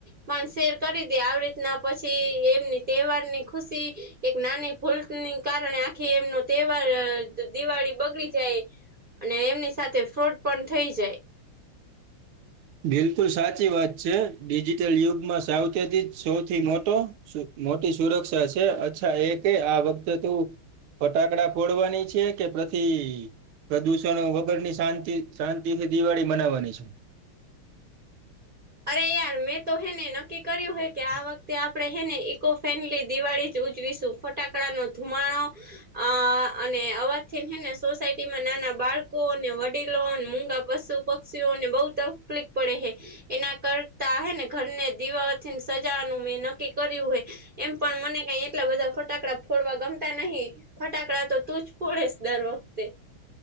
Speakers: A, on the right; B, on the right.
A: પણ શેર કરી દે આવી રીતના પછી એમની તહેવારની ખુશી એક નાની ભૂલની કારણે આખી એમનો તહેવાર દિવાળી બગડી જાય. અને એમની સાથે ફ્રોડ પણ થઈ જાય.
B: બિલકુલ સાચી વાત છે ડિજિટલ યુગમાં સાવચેતી જ સૌથી મોટો મોટી સુરક્ષા છે અચ્છા એ ક આ વખતે તો ફટાકડા ફોડવાની છે કે પછી પ્રદૂષણો વગરની શાંતિ શાંતિ થી દિવાળી મનાવવાની છે.
A: અરે યાર મેં તો હૈ ને નક્કી કર્યું હોય કે આ વખતે આપણે એને ઇકો ફ્રેન્ડલી દિવાળી જ ઉજવીશું ફટાકડા નો ધુમાડો અ અને અવાજ થીને સોસાયટીમાં નાના બાળકો અને વડીલો મુંગા પશુ પક્ષીઓને બહુ તકલિક પડે હૈ એના કરતા હ ને ઘરને દિવાથીને સજાવાનું મેં નક્કી કર્યું હોય એમ પણ મને કઈ એટલા બધા ફટાકડા ફોડવા ગમતા નહી ફટાકડા તો તું જ પડેસ દર વખતે